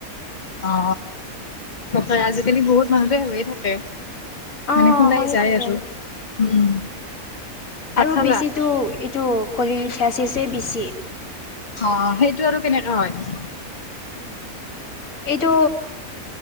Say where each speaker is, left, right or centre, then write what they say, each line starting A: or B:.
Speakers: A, on the left (about 30°); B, on the left (about 60°).
A: অ', তাকেই আজি আজিকালি বহুত মানুহৰে হৈয়ে থাকে।
B: অঁ
A: মানে শুনাই
B: হৈয়ে
A: যায়
B: থাকে
A: আৰু, উম। ভাত
B: আৰু
A: খালা
B: বেছিটো এইটো কলীনফ্ৰাছেছে বেছি
A: অ', সেইটো আৰু কেনেকে হয়?
B: এইটো,